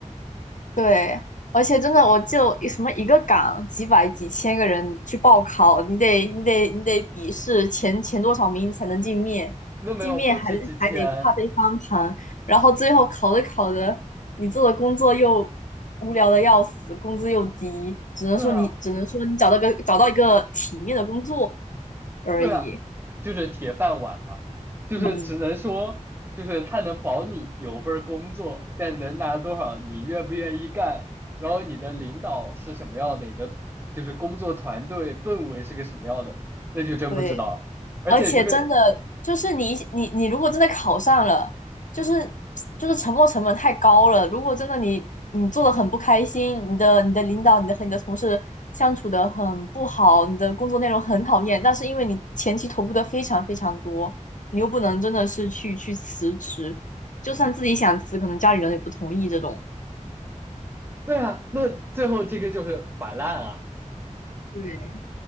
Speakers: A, on the left; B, on the right.
A: 对，而且真的，我就什么一个岗几百几千个人去报考，你得你得你得笔试前前多少名才能进面，
B: <laughs> 那没有不值几千。
A: 进面还还得怕被翻盘，然后最后考着考着，你做的工作又无聊的要死，工资又低，只能说你只能说你找到个找到一个体面的工作
B: 对啊，
A: 而已。
B: 对啊，就是铁饭碗嘛，就是只能说，
A: 嗯，
B: 就是他能保你有份儿工作，但能拿多少，你愿不愿意干，然后你的领导是什么样的，你的就是工作团队氛围是个什么样的，那就真不知道。
A: 对，
B: 而且就是，
A: 而且真的就是你你你如果真的考上了，就是就是沉没成本太高了。如果真的你你做的很不开心，你的你的领导你的和你的同事相处的很不好，你的工作内容很讨厌，但是因为你前期投入的非常非常多，你又不能真的是去去辞职，就算自己想辞，可能家里人也不同意这种。
B: 对啊，那最后这个就是摆烂啊。
A: 对，